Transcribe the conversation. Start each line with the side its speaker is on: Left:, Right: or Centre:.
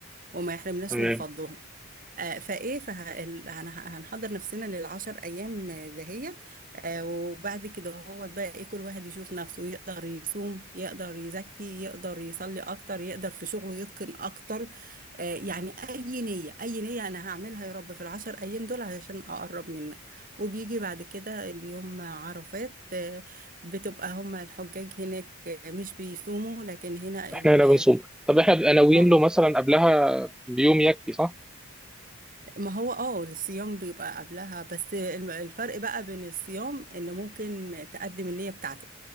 Right: وما يحرمناش
Centre: تمام
Right: من فضلهم آه، فايه فه... ال- هن- هنحضر نفسنا للعشر ايام دهيت آه، وبعد كده هو بقى ايه كل واحد يشوف نفسه يقدر يصوم يقدر يزكي يقدر يصلي اكتر يقدر في شغله يتقن اكتر آه، يعني اي نيه اي نيه انا هعملها يا رب في العشر ايام دول علشان اقرب منك وبيجي بعد كده اليوم عرفات آه، بتبقى هما الحجاج هناك مش بيصوموا لكن هنا
Centre: احنا
Right: ال
Centre: هنا بنصوم طب احنا بنبقى ناويين
Right: اه
Centre: له مثلا قبلها بيوم يكفي صح
Right: ما هو اه الصيام بيبقى قبلها بس الم- الفرق بقى بين الصيام ان ممكن تقدم النية بتاعته